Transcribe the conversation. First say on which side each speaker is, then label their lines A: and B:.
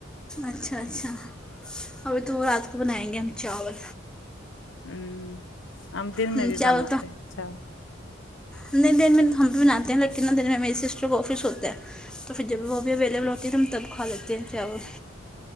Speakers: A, in the centre; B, on the left (about 65°).
A: اچھا اچھا ابھی تو رات کو بنائیں گے ہم چاول
B: ھممم ہم دن
A: چاول
B: میں بھی بناتے ہیں چاول
A: اتنے دیر میں ہم بھی بناتے ہیں لیکن دیر میں میری سسٹر کو آفس ہوتا ہے تو پھر جب وہ بھی اویلیبل ہوتی ہے تو ہم تب کھا لیتے ہیں چاول